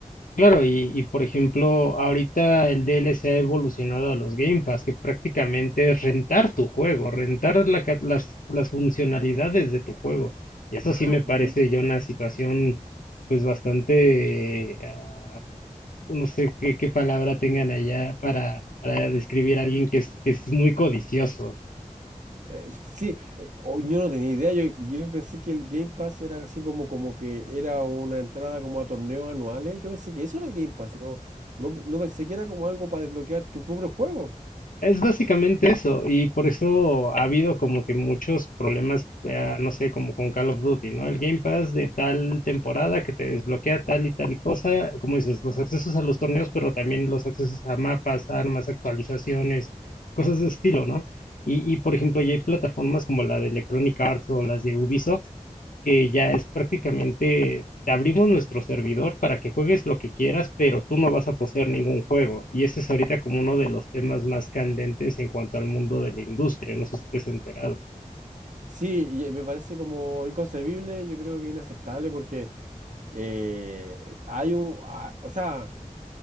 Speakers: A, on the left; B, on the right.
A: Claro, y, y, por ejemplo, ahorita el DLC ha evolucionado a los Game Pass, que prácticamente es rentar tu juego, rentar la ca- las, las funcionalidades de tu juego. Y eso
B: Ah,
A: sí me parece
B: mm,
A: ya una situación, pues bastante, ah, no sé qué, qué palabra tengan allá para, para describir a alguien que es, que es muy codicioso.
B: eh, sí, eh, oh, yo no tenía idea, yo, yo pensé que el Game Pass era así como, como que era una entrada como a torneos anuales, yo pensé que eso era el Game Pass, no, no, no pensé que era como algo para desbloquear tu propio juego.
A: Es básicamente eso, y por eso ha habido como que muchos problemas, eh, no sé, como con Call of Duty, ¿no? El Game Pass de tal temporada que te desbloquea tal y tal cosa, como dices, los accesos a los torneos, pero también los accesos a mapas, armas, actualizaciones, cosas de estilo, ¿no? Y, y por ejemplo, ya hay plataformas como la de Electronic Arts o las de Ubisoft, que ya es prácticamente, te abrimos nuestro servidor para que juegues lo que quieras, pero tú no vas a poseer ningún juego. Y ese es ahorita como uno de los temas más candentes en cuanto al mundo de la industria, no sé si estés enterado.
B: Sí, y, eh, me parece como inconcebible, yo creo que inaceptable porque eh, hay un, ah, o sea,